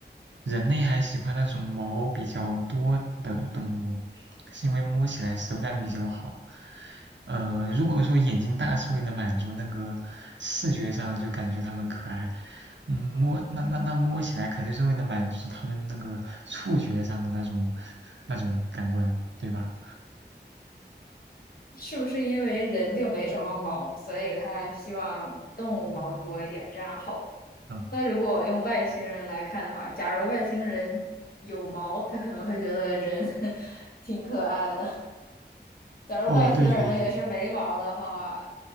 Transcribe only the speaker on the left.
是不是因为人就没什么毛，所以他希望动物毛多一点，这样好摸
那如果用外星人来看的话，假如外星人有毛，他可能会觉得人 <laughs> 挺可爱的。假如外星人也是没毛的话，